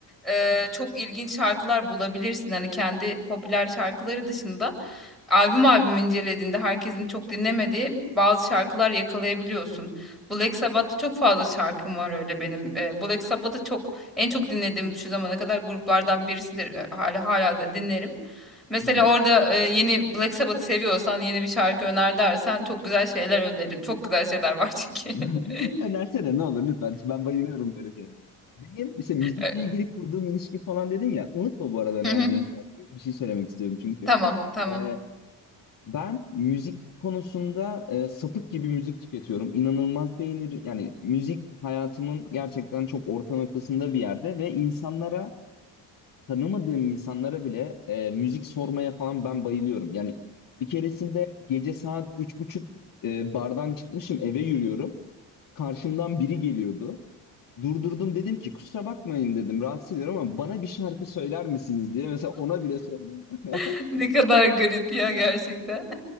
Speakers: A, in the centre; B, on the left.
A: Ee, çok ilginç şarkılar bulabilirsin hani kendi popüler şarkıları dışında albüm albüm incelediğinde herkesin çok dinlemediği bazı şarkılar yakalayabiliyorsun. Black Sabbath'ta çok fazla şarkım var öyle benim. Ee, Black Sabbath'ı çok en çok dinlediğim şu zamana kadar gruplardan birisidir. Ee, Hala hala da dinlerim. Mesela
B: hı hı.
A: orada e, yeni Black Sabbath seviyorsan yeni bir şarkı öner dersen çok güzel şeyler öneririm. Çok güzel şeyler var çünkü.
B: <laughs>
A: <laughs>
B: Önersene ne olur lütfen. Ben bayılıyorum böyle şeylere. Benim işte müzikle
A: Ee,
B: ilgili kurduğum ilişki falan dedin ya. Unutma bu arada önereceğin
A: hı hı.
B: şarkıyı. Bir şey söylemek istiyorum çünkü.
A: Tamam, tamam.
B: Ee, ben müzik konusunda e, sapık gibi müzik tüketiyorum. İnanılmaz beğenir. Yani müzik hayatımın gerçekten çok orta noktasında bir yerde ve insanlara tanımadığım insanlara bile e, müzik sormaya falan ben bayılıyorum. Yani bir keresinde gece saat üç buçuk e, bardan çıkmışım eve yürüyorum. Karşımdan biri geliyordu. Durdurdum dedim ki kusura bakmayın dedim rahatsız ediyorum ama bana bir şarkı söyler misiniz diye mesela ona bile sordum. <laughs>
A: <laughs> Ne kadar garip ya gerçekten.